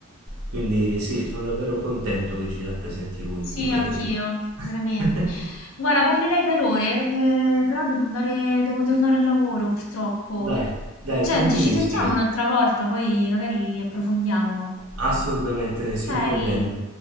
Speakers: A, on the right; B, on the left.
A: Quindi sì, sono davvero contento che ci rappresenti lui,
B: Sì,
A: ti dico
B: anch'io,
A: la verità.
B: veramente.
A: <laughs>
B: Guarda, parlerei per ore, eh, però devo andare, devo tornare al lavoro, purtroppo.
A: Dai, dai,
B: Senti,
A: tranquillissima.
B: ci sentiamo un'altra volta, poi magari approfondiamo.
A: Assolutamente nessun
B: Ok?
A: problema.